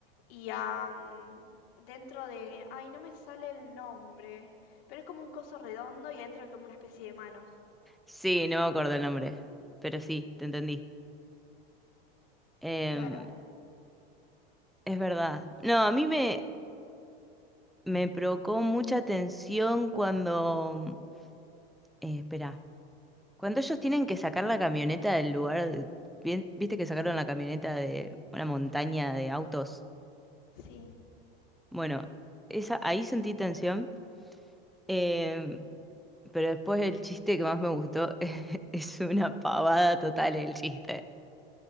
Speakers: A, on the left; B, in the centre.
A: y a... mm, dentro de... Ay, no me sale el nombre. Pero es como un coso redondo y adentro hay como una especie de manos.
B: Sí, no me acuerdo el nombre, pero sí, te entendí. Em,
A: Claro,
B: es verdad. No, a mí me... Me provocó mucha tensión cuando... Eh, espera, cuando ellos tienen que sacar la camioneta del lugar, de- bien- viste que sacaron la camioneta de una montaña de autos.
A: sí.
B: Bueno, esa, ahí sentí tensión, eh, pero después el chiste que más me gustó <laughs> es una pavada total el chiste.